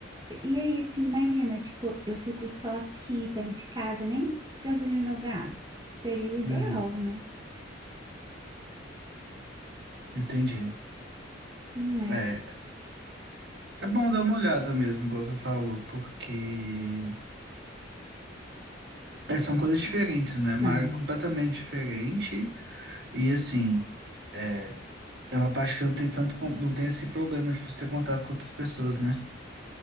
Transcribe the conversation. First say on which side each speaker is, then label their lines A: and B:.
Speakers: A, on the right; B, on the right.
A: e aí assim, imagina, tipo, eu fico só aqui perto de casa, nem gasolina eu gasto. Seria o ideal,
B: Uhum.
A: né?
B: Entendi.
A: Não é?
B: É, é bom dar uma olhada mesmo, igual você falou, porque É, são coisas diferentes, né? É
A: Então,
B: Uma área completamente diferente. E assim, é, é uma parte que você não tem tanto, con- não tem esse problema de você ter contato com outras pessoas, né?